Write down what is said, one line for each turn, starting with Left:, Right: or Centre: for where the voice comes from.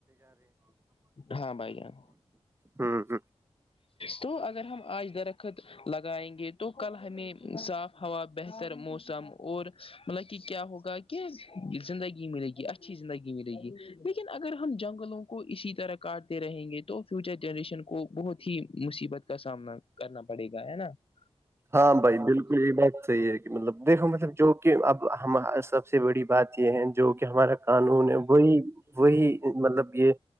Left: ہاں بھائی جان
Right: ہ ہ
Left: تو اگر ہم آج درخت لگائیں گے تو کل ہمیں صاف ہوا بہتر موسم اور مطلب کہ کیا ہوگا زندگی ملے گی اچھی زندگی ملے گی لیکن اگر ہم جنگلوں کو اسی طرح کاٹتے رہیں گے تو فیوچر جنریشن کو بہت ہی مصیبت کا سامنا کرنا پڑے گا ہے نا <unintelligible>
Right: ہاں بھائی بالکل یہ بات صحیح ہے کہ مطلب دیکھو مطلب جو کہ اب ہم سب- سب سے بڑی بات یہ ہے جو کہ ہمارا قانون ہے وہی وہی مطلب یہ-